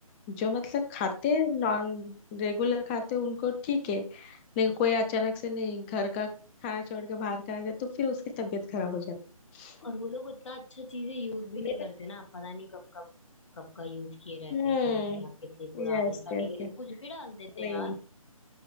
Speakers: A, on the left; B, on the left.
A: जो मतलब खाते हैं नॉर्म रेगुलर खाते हैं उनको ठीक है लेकिन
B: हाँ
A: कोई अचानक से नहीं घर का खाना छोड़ के बाहर खाना जाए तो फिर उसकी तबीयत खराब हो जाती है
B: और वो लोग उतना अच्छा चीजें यूज भी नहीं
A: मेरे-
B: करते ना पता नहीं कब कब कब का यूज किए रहते
A: हम्म
B: हैं सब्जियां कितनी पुरानी
A: यस
B: सड़ी
A: यस
B: गली कुछ भी डाल देते
A: वही
B: हैं यार